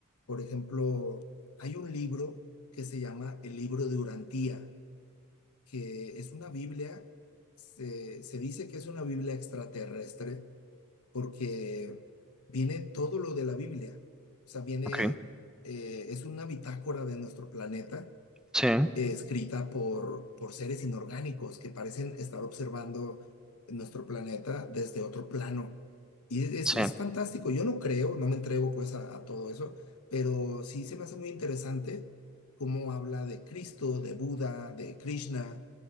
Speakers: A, on the left (about 85°); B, in the centre.
A: Por ejemplo, hay un libro que se llama El libro de Urantía que es una Biblia, se, se dice que es una Biblia extraterrestre porque viene todo lo de la Biblia, o sea, viene,
B: ok.
A: eh, es una bitácora de nuestro planeta
B: Sí,
A: eh, escrita por, por seres inorgánicos que parecen estar observando nuestro planeta desde otro plano. Y es,
B: sí,
A: es fantástico. Yo no creo, no me entrego pues a, a todo eso, pero sí se me hace muy interesante cómo habla de Cristo, de Buda, de Krishna,